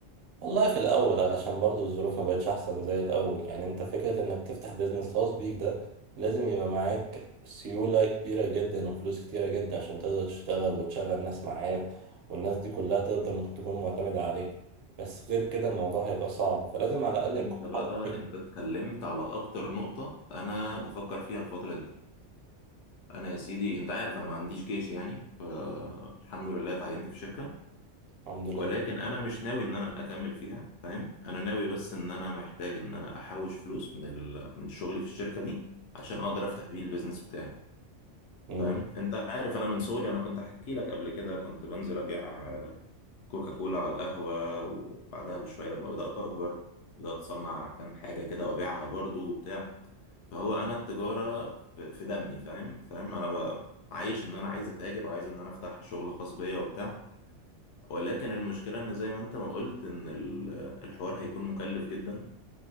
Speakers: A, on the right; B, on the left.
A: والله في الأول علشان برضو الظروف ما بقتش أحسن زي الأول يعني أنت فكرة إنك تفتح بيزنس خاص بيك ده لازم يبقى معاك سيولة كبيرة جدا وفلوس كتيرة جدا عشان تقدر تشتغل وتشغل ناس معاك والناس دي كلها تقدر إنك تكون معتمدة عليك بس غير كده الموضوع هيبقى صعب فلازم على الأقل
B: انت
A: يكون
B: بقى
A: حظك.
B: انت اتكلمت على اكتر نقطة انا بفكر فيها الفترة دي انا يا سيدي انت عارف انا ما عنديش جيش يعني فالحمد لله اتعينت في شركة
A: الحمد لله
B: ولكن انا مش ناوي ان انا اكمل فيها فاهم انا ناوي بس ان انا محتاج ان انا احوش فلوس من ال... من شغلي في الشركة دي عشان اقدر افتح بيه البيزنس بتاعي
A: امم
B: فاهم انت عارف انا من صغري انا كنت احكي لك قبل كده كنت بنزل ابيع كوكا كولا على القهوه وبعدها بشويه لما بدات اكبر بدات اصنع كام حاجه كده وابيعها برضو وبتاع فهو انا التجاره في في دمي فاهم فاهم انا ب- عايش ان انا عايز اتاجر وعايز ان انا افتح شغل خاص بيا وبتاع ولكن المشكله ان زي ما انت ما قلت ان ال- الحوار هيكون مكلف جدا